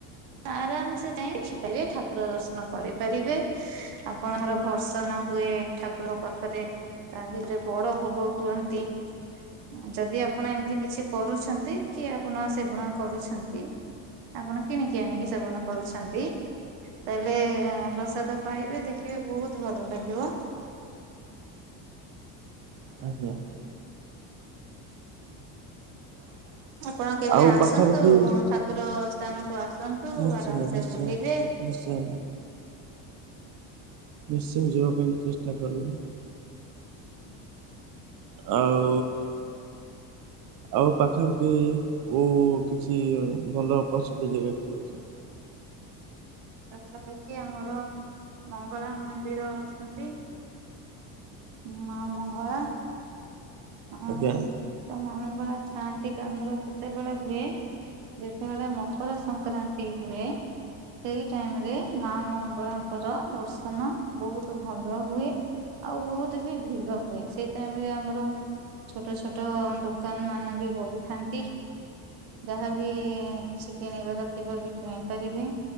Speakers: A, on the right; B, on the right.
A: ଆରାମସେ ଯାଇ ଦେଖିପାରିବେ ଠାକୁର ଦର୍ଶନ କରିପାରିବେ। ଆପଣଙ୍କର ଘର୍ଷଣ ହୁଏ ଠାକୁରଙ୍କ ପାଖରେ। ତା ଭିତରେ ବଡ ଭୋଗ କୁହନ୍ତି। ଯଦି ଆପଣ ଏମିତି କିଛି କରୁଛନ୍ତି କି ଆପଣ ସେବନ କରୁଛନ୍ତି। ଆପଣ କିଣିକି ଆଣିକି ସେବନ କରୁଛନ୍ତି। ତାେହେଲେ ପ୍ରସାଦ ପାଇବେ ଦେଖିବେ ବହୁତ ଭଲ ଲାଗିବ।
B: ଆଜ୍ଞା। <inaudible>
A: ଆପଣ କେବେ
B: ଆଉ
A: ଆସନ୍ତୁ
B: ପାଖାପାଖି
A: ଠାକୁର ସ୍ଥାନକୁ ଆସନ୍ତୁ
B: ନିଶ୍ଚୟ
A: ଆରାମସେ
B: ନିଶ୍ଚୟ।
A: ବୁଲିବେ।
B: ନିଶ୍ଚୟ। ନିଶ୍ଚୟ ଯିବା ପାଇଁ ଚେଷ୍ଟା କରିବି। ଆଉ ଆଉ ପାଖାପାଖି କୋଉ କିଛି ଭଲ ପ୍ରସିଦ୍ଧ ଜାଗା କି ଅଛି?
A: ପାଖାପାଖି ଆମର ମଙ୍ଗଳା ମନ୍ଦିର ଅଛନ୍ତି। ମା ମଙ୍ଗଳା। ହଁ
B: ଆଜ୍ଞା
A: ତ ମା ମଙ୍ଗଳା ଥାଆନ୍ତି କାମର କେତେବେଳେ ହୁଏ ଯେତେବେଳେ ମକର ସଂକ୍ରାନ୍ତି ହୁଏ। ସେଇ ଟାଇମରେ ମା ମଙ୍ଗଳାଙ୍କର ଦର୍ଶନ ବହୁତ ଭଲ ହୁଏ। ଆଉ ବହୁତ ବି ଭିଡ ହୁଏ ସେଇ ଟାଇମରେ ଆମର ଛୋଟ ଛୋଟ ଦୋକାନମାନ ବି ବହିଥାନ୍ତି। ଯାହାବି କିଛି କିଣିବାର ଥିବ ବି କିଣି ପାରିବେ।